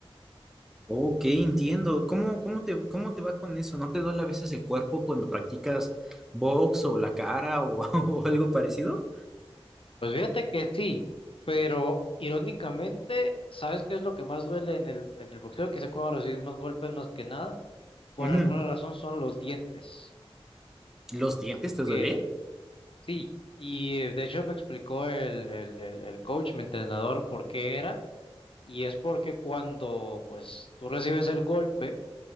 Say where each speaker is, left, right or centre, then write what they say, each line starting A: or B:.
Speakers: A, in the centre; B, on the left (about 60°).
A: Ok, entiendo. ¿Cómo, cómo te, cómo te va con eso? ¿No te duele a veces el cuerpo cuando practicas box o la cara o, <laughs> o algo parecido?
B: Pues fíjate que sí, pero irónicamente, ¿sabes qué es lo que más duele en el, en el boxeo? Quizá cuando recibes más golpes más que nada, por
A: Ujú.
B: alguna razón son los dientes.
A: ¿Los dientes te
B: Que
A: duelen?
B: sí, y eh, de hecho me explicó el, el, el, el coach, mi entrenador, por qué era, y es porque cuando pues tú recibes el golpe,